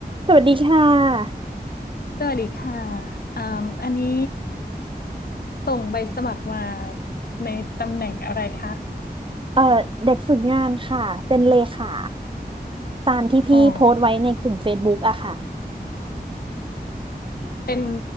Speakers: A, on the right; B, on the left.
A: สวัสดีค่ะ
B: สวัสดีค่ะอ่าอันนี้ส่งใบสมัครมาในตำแหน่งอะไรคะ
A: เอ่อเด็กฝึกงานค่ะ เป็นเลขาตามที่พี่โพสต์ไว้ในกลุ่ม
B: อ๋อ
A: Facebook อะค่ะ
B: เป็น